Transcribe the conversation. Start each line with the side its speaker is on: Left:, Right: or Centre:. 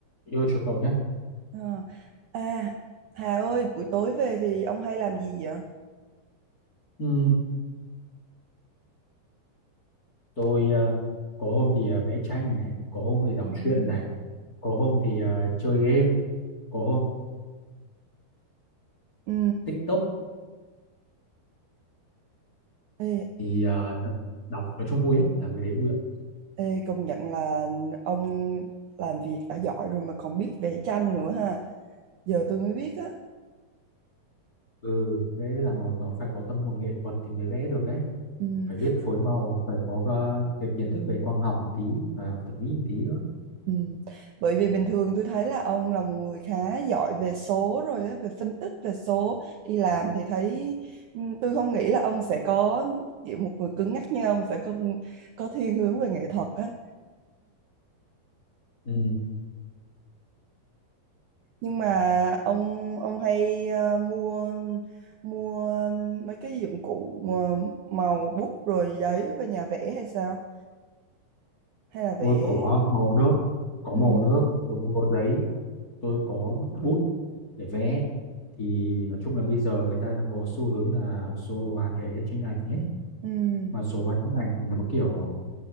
Left: yêu chuộng cậu nhé
Right: Ờ. À, Hà ơi, buổi tối về thì ông hay làm gì vậy?
Left: Ừm, tôi ờ, có hôm thì ờ, vẽ tranh này có hôm thì đọc
Right: Wow.
Left: truyện này có hôm thì ờ, chơi game có hôm
Right: Ừ.
Left: TikTok
Right: Ê,
Left: thì ờ, đọc nói chung vui lắm làm cái đấy vui lắm
Right: ê, công nhận là ông làm việc đã giỏi rồi mà còn biết vẽ tranh nữa ha. Giờ tôi mới biết á.
Left: ừ vẽ là một nó phải có tâm hồn nghệ thuật thì mới vẽ được ấy
Right: Ừ.
Left: phải biết phối màu phải có ờ, cái kiến thức về quang học một tí và thẩm mỹ một tí nữa
Right: Ừ. Bởi vì bình thường tôi thấy là ông là một người khá giỏi về số rồi á, về phân tích về số. Đi làm thì thấy ừ, tôi không nghĩ là ông sẽ có kiểu một người cứng nhắc như ông sẽ không có thiên hướng về nghệ thuật á.
Left: ừ.
Right: nhưng mà ông ông hay ờ, mua mua mấy cái dụng cụ ờ, màu bút rồi giấy và nhà vẽ hay sao hay là
Left: tôi
Right: vẽ
Left: có màu nước có
Right: ừ
Left: màu nước tôi mua có giấy tôi có bút để vẽ thì nói chung là bây giờ người ta đang có xu hướng là số hóa cái tranh ảnh ấy
Right: ừ
Left: mà số hóa tranh ảnh thì nó kiểu